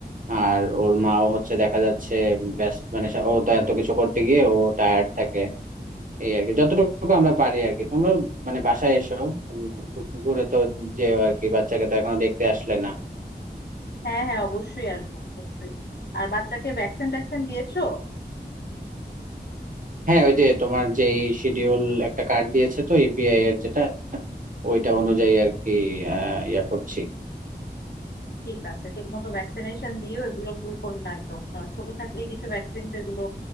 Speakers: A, on the right (about 50°); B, on the left (about 70°).
A: আর ওর মাও হচ্ছে দেখা যাচ্ছে ব্যস্ত মানে সা- ও তো এত কিছু করতে গিয়ে ও টায়ার্ড থাকে এই আর কি যতটুকু আমরা পারি আর কি তোমরা মানে বাসায় এসো উম, ঘু- ঘুরে তো যেও আর কি বাচ্চাকে তো এখনো দেখতে আসলে না
B: হ্যাঁ হ্যাঁ অবশ্যই আসবো অবশ্যই আর বাচ্চাকে ভ্যাকসিন ট্যাকসিন দিয়েছো
A: হ্যাঁ ওই যে তোমার যে শিডিউল একটা কার্ড দিয়েছে তো ইপিআই এর যেটা ওইটা অনুযায়ী আর কি আহ ইয়া করছি
B: ঠিক আছে ঠিক মতো ভ্যাকসিনেশন দিও এগুলো ভুল করো না একদম কারণ ছোট থাকতেই কিছু ভ্যাকসিন তো এগুলো